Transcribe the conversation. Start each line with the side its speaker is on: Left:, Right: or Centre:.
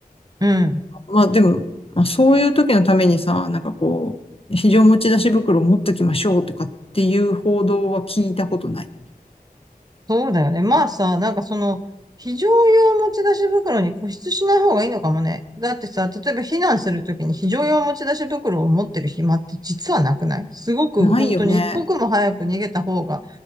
Right: うん。
Left: まあでも、まあ、そういう時のためにさ、なんかこう、非常持ち出し袋を持っときましょうとかっていう報道は聞いたことない。
Right: そうだよね。まあさ、なんかその、非常用持ち出し袋に固執しない方がいいのかもね。だってさ、例えば避難するときに非常用持ち出し袋を持ってる暇って実はなくないすごく本当に一刻も早く逃げた方が、
Left: ないよね。